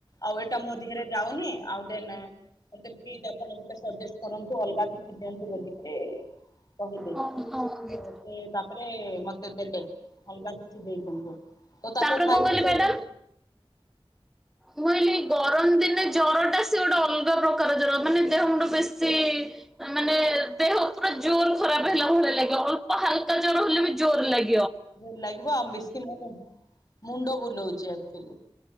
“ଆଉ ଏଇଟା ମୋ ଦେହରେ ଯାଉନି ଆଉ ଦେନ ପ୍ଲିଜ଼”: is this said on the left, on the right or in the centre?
Left